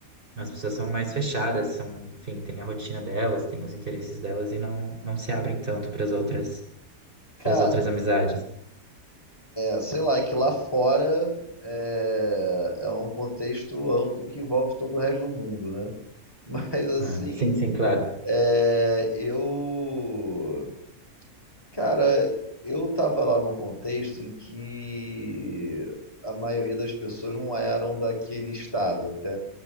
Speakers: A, on the right; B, on the left.
A: As pessoas são mais fechadas, são, enfim, têm a rotina delas, têm os interesses delas e não, não se abrem tanto para as outras,
B: Cara,
A: para as outras amizades.
B: é, sei lá, é que lá fora é, é um contexto amplo que envolve todo o resto do mundo, né? <laughs> Mas assim,
A: Ah, sim, sim, claro.
B: é, eu Cara, eu tava lá num contexto em que a maioria das pessoas não eram daquele estado. Até